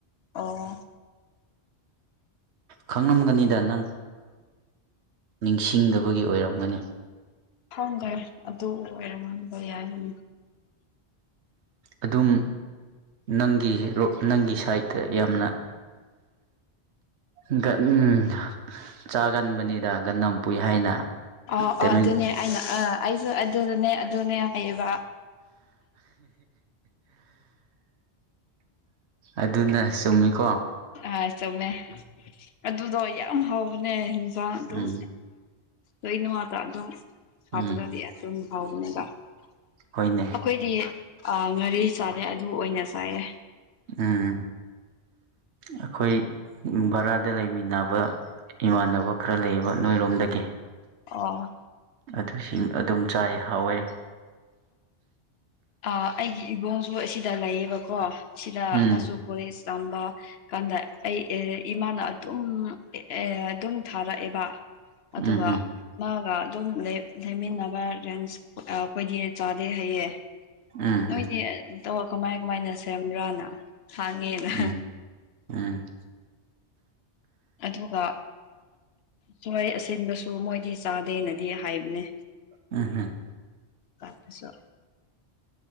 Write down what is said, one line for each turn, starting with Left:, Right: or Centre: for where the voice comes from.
Left: ꯑꯣ
Right: ꯈꯪꯉꯝꯒꯅꯤꯗ ꯅꯪ ꯅꯤꯡꯁꯤꯡꯗꯕꯒꯤ ꯑꯣꯏꯔꯝꯒꯅꯤ
Left: ꯊꯗꯦ ꯑꯗꯨ ꯑꯣꯏꯔꯝꯃꯕ ꯌꯥꯏ
Right: ꯑꯗꯨꯝ ꯅꯪꯒꯤ ꯅꯪꯒꯤ ꯁꯥꯏꯗꯠꯇ ꯌꯥꯝꯅ ꯍꯟꯗꯛ ꯎꯝ ꯆꯥꯒꯟꯕꯅꯤꯗ ꯒꯟꯅꯝ ꯄꯨꯨꯏ ꯍꯥꯏꯅ
Left: ꯑꯣ ꯑꯣ
Right: ꯇꯃꯦꯡ
Left: ꯑꯗꯨꯅꯦ ꯑꯩꯅ ꯑ ꯑꯩꯁꯨ ꯑ ꯑꯗꯨꯗꯅꯦ ꯑꯗꯨꯅꯦ ꯍꯥꯏꯌꯦꯕ
Right: ꯑꯗꯨꯅ ꯆꯨꯝꯃꯤꯀꯣ
Left: ꯑ ꯆꯪꯃꯦ ꯑꯗꯨꯗꯣ ꯌꯥꯝ ꯍꯕꯅꯦ ꯌꯦꯟꯖꯥꯡ ꯑꯗꯨꯝ
Right: ꯎꯝ
Left: ꯏꯩꯅ ꯃꯥꯇ ꯑꯗꯨꯣ
Right: ꯎꯝ
Left: ꯍꯥꯞꯄꯗꯗꯤ ꯑꯗꯨꯝ ꯍꯥꯎꯕꯅꯦꯕ ꯑꯩꯈꯣꯏꯗꯤ
Right: ꯍꯣꯏꯅꯦ
Left: ꯑꯥ ꯉꯥꯔꯤ ꯆꯥꯗꯦ ꯑꯗꯨ ꯑꯣꯏꯅ ꯆꯥꯏꯌꯦ
Right: ꯎꯝ ꯑꯩꯈꯣꯏ ꯚꯔꯥꯗ ꯂꯩꯃꯤꯟꯅꯕ ꯏꯃꯥꯟꯅꯕ ꯈꯔ ꯂꯩꯌꯦꯕ ꯅꯣꯏꯔꯣꯝꯗꯒꯤ
Left: ꯑꯣ
Right: ꯑꯗꯨꯁꯤꯡ ꯑꯗꯨꯝ ꯆꯥꯏ ꯍꯥꯎꯋꯦ
Left: ꯑ ꯑꯩꯒꯤ ꯏꯕꯣꯡꯁꯨ ꯑꯁꯤꯗ ꯂꯩꯌꯦꯕꯀꯣ ꯁꯤꯗ
Right: ꯎꯝ
Left: ꯃꯁꯨ ꯀꯣꯏ ꯁꯝꯕ ꯀꯥꯟꯗ ꯑꯩ ꯏꯃꯥꯅ ꯑꯗꯨꯝ ꯑꯗꯨꯝ ꯊꯥꯔꯛꯑꯦꯕ ꯑꯗꯨꯒ
Right: ꯎꯝ ꯎꯝ
Left: ꯃꯥꯒ ꯑꯗꯨꯝ ꯂꯩꯃꯤꯟꯅꯕ ꯔꯦꯟꯁ ꯑꯩꯈꯣꯏꯗꯤ ꯆꯥꯗꯦ ꯍꯩꯌꯦꯦ
Right: ꯎꯝ
Left: ꯅꯣꯏꯗꯤꯧ
Right: ꯎꯝ
Left: ꯀꯃꯥꯏ ꯀꯃꯥꯏꯅ ꯁꯦꯝꯕ꯭ꯔꯥꯅ ꯍꯥꯡꯉꯦꯅ
Right: ꯎꯝ ꯎꯝ
Left: ꯑꯗꯨꯒ ꯊꯣꯏ ꯑꯁꯤꯟꯕꯁꯨ ꯃꯣꯏꯗꯤ ꯆꯥꯗꯦꯅꯗꯤ ꯍꯥꯏꯕꯅꯦ
Right: ꯎꯝ ꯍꯝ
Left: ꯇꯁꯨꯣ